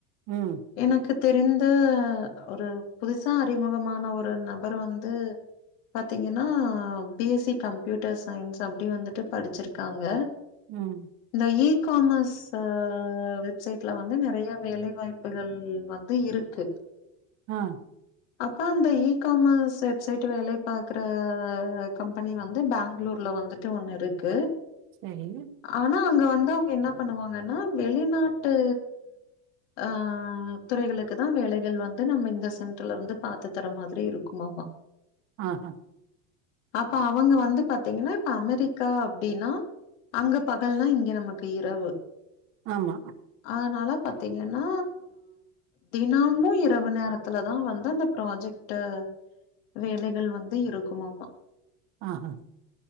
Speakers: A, on the right (about 35°); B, on the left (about 70°).
A: உம்
B: எனக்கு தெரிந்த ஒரு புதுசா அறிமுகமான ஒரு நபர் வந்து பாத்தீங்கனா பி எஸ்சி கம்ப்யூட்டர் சயின்ஸ் அப்டி வந்துட்டு படிச்சிருக்காங்க
A: உம்
B: இந்த இ காமஸ் ச வெப்சைட்ல வந்து நெறைய வேலை வாய்ப்புகள் வந்து இருக்கு
A: உம்
B: அப்ப அந்த இ காமஸ் வெப்சைட் வேலைக் பாக்குற கம்பெனி வந்து பேங்ளூர்ல வந்துட்டு ஒண்ணு இருக்கு
A: செரி
B: ஆனா அங்க வந்து அவுங்க என்ன பண்ணுவாங்கனா வெளிநாட்டு ஆ துறைகளுக்கு தா வேலைகள் வந்து நம்ம இந்த சென்டர்லருந்து பாத்து தர மாதிரி இருக்குமாமா
A: ஆ ஹ
B: அப்ப அவுங்க வந்து பாத்தீங்னா இப்ப அமெரிக்கா அப்டினா அங்க பகல்னா இங்க நமக்கு இரவு
A: ஆமா
B: ஆனால பாத்தீங்கனா தினமும் இரவு நேரத்துல தா வந்து அந்த ப்ராஜெக்ட்டு வேலைகள் வந் து இருக்குமாமா
A: ஆ ஹ